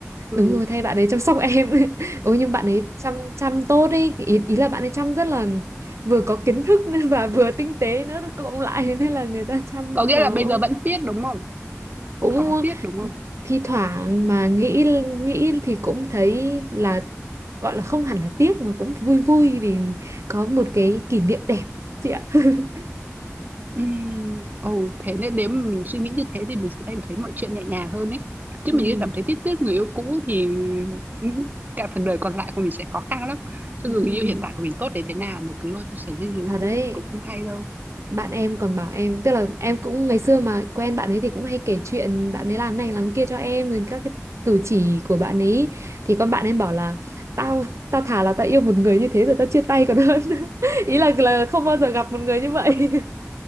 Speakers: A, on the right (about 35°); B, on the right (about 65°).
A: Ừ,
B: đúng rồi thay bạn ấy chăm sóc em <laughs> ôi nhưng bạn ấy chăm chăm tốt ấy ý, ý là bạn ấy chăm rất là vừa có kiến thức <laughs> nên và vừa tinh tế nữa cộng lại nên là người ta chăm
A: có nghĩa
B: nó
A: là bây giờ vẫn tiết đúng không?
B: cũng
A: Có tiết đúng không?
B: thi thoảng mà nghĩ nghĩ thì cũng thấy là gọi là không hẳn là tiếc mà cũng vui vui vì có một cái kỷ niệm đẹp chị ạ <laughs>
A: Ừm, ồ, thế nên nếu mà mình suy nghĩ như thế thì mình sẽ thấy thấy mọi chuyện nhẹ nhàng hơn ấy. Chứ
B: ừ.
A: mình cứ cảm thấy tiếc tiếc người yêu cũ thì những cả phần đời còn lại của mình sẽ khó khăn lắm. Cho
B: ừ.
A: dù người yêu hiện tại của mình tốt đến thế nào mà cứ lôi ra sánh với người yêu
B: Thật
A: cũ
B: đấy
A: cũng không hay đâu.
B: bạn em còn bảo em tức là em cũng ngày xưa mà quen bạn ấy thì cũng hay kể chuyện bạn ấy làm này làm kia cho em rồi các cái cử chỉ của bạn ấy thì con bạn em bảo là tao tao thà là tao yêu một người như thế rồi tao chia tay còn hơn <laughs> ý là là không bao giờ gặp một người như vậy